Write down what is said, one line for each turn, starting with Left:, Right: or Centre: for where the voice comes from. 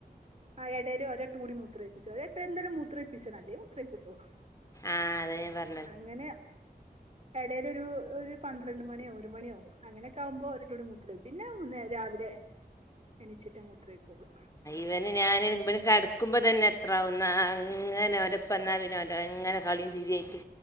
Right: ആ എടയില് ഒരേട്ടൂടി മൂത്രൊഴിപ്പിച്ചാതി ഒരട്ടം എന്താലും മൂത്രൊഴിപ്പിച്ചണം അല്ലേ മൂത്രൊഴിക്കൂട്ടോ
Left: ആഹ് അതെ ഞ പറ
Right: അങ്ങനെ എടയിലൊരു ഒരു പന്ത്രണ്ട് മണിയോ ഒരു മണിയോ അങ്ങനെയൊക്കെ ആവുമ്പോ ഒരെട്ടൂടി മൂത്രൊഴി പിന്നെ ഉം രാവിലെ എണീച്ചിട്ടേ മൂത്രൊഴിക്കൊള്ളൂ
Left: ഇവനെ ഞാന് ഇവിടെ കെടക്കുമ്പ തന്നെ എത്രാവുന്നാ അങ്ങനെ ഒരപ്പം എന്നാ പിന്നെ <unintelligible> കളിയും ചിരിയായിട്ട്